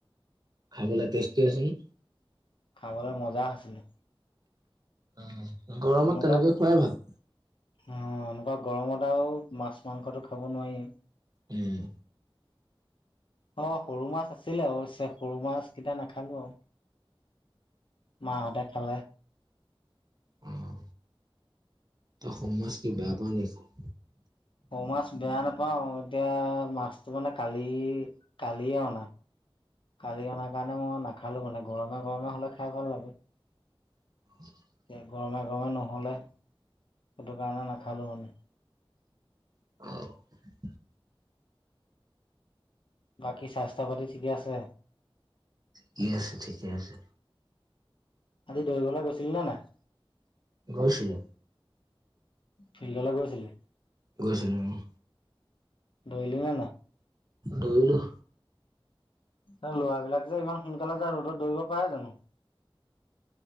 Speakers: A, on the right; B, on the left.
A: খাবলে টেষ্টি আছে নে?
B: খাবলে মজা আছিলে।
A: অ' গৰমত
B: এনেকুৱা
A: তেনেকে খুৱাই ভাল।
B: অ' এনেকুৱা গৰমত আৰু মাছ মাংসটো খাব নোৱাৰিয়ে।
A: উম।
B: অ সৰু মাছ আছিলে অৱশ্যে, সৰু মাছ কেইটা নাখালো আও। মাহঁতে খালে।
A: অঁ, তই সৰু মাছ কি বেয়া পোৱা নে কি খাবলে?
B: সৰু মাছ বেয়া নাপাওঁ, এতিয়া মাছটো মানে কালি কালিয়ে অনা। কালি অনাৰ কাৰণে মই নাখালোঁ মানে, গৰমে গৰমে হ'লে খাই ভাল লাগে।
A: <inaudible>
B: এতিয়া গৰমে গৰমে নহ'লে সেইটো কাৰণে নাখালোঁ মানে।
A: <inaudible>
B: বাকী স্বাস্থ্য পাতি ঠিকে আছে।
A: ঠিকে আছে ঠিকে আছে।
B: আজি দৌৰিবলৈ গৈছিলি নে নাই?
A: গৈছিলো।
B: ফিল্ডলৈ গৈছিলি?
A: গৈছিলো উমঃ।
B: দৌৰিলে নে নাই?
A: দৌৰিলো।
B: এই ল'ৰাবিলাক যে ইমান সোনকালে যায় ৰ'দত দৌৰিব পাৰে জানো।